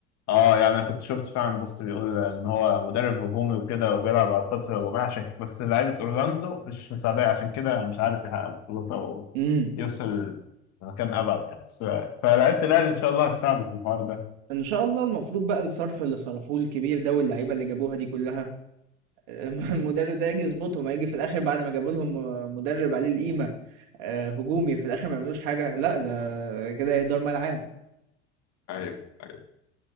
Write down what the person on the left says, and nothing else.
اه يعني انا كنت شفت فعلا بوست بيقول ان هو مدرب هجومي وكده وبيلعب على الخطر الهجومية عشان ك- بس لعيبة اورلاندو مش مساعدة عشان كده مش عارف يحقق بطولات او
يوصل لمكان ابعد يعني بس فلعيبة الاهلي ان شاء الله هتساعده في الحوار ده
ايوه ايوه